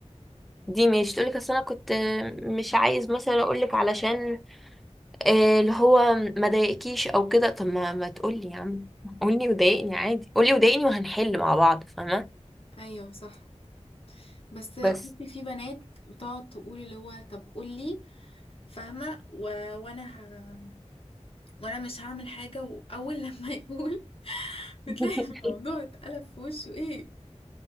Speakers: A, in the centre; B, on the left (about 50°).
A: دي مش تقول لك اصل انا كنت آه، مش عايز مثلا اقول لك علشان آه، اللي هو ما ضايقكيش او كده طب ما ما تقولي يا عم قولي وضايقني عادي قولي وضايقني وهنحل مع بعض فاهمه
B: ايوه صح بس بصي
A: بس
B: في بنات بتقعد تقول اللي هو طب قولي فاهمه و... وانا ه... وانا مش هعمل حاجه واول لما <laughs> يقول بتلاقي
A: <laughs>
B: الموضوع اتقلب في وشه ايه